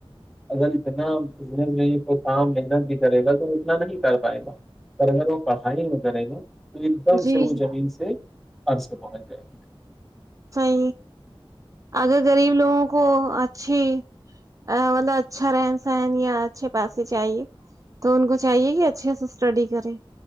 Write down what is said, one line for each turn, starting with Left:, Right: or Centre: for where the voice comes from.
Centre: اگر اتنا بزنس میں کو کام محنت بھی کرے گا تو وہ اتنا نہیں کر پائے گا پر اگر وہ پھائی میں کرے گا تو ایک دم
Right: جی
Centre: سے وہ
Right: جی
Centre: زمین سے اب سے پہنچ جائیں گے
Right: صی اگر غریب لوگوں کو چھ مطلب اچھا رہن سہن یا اچھے پاسے چاہے تو ان کو چاہیے کہ اچھے سے اسٹڈی کرے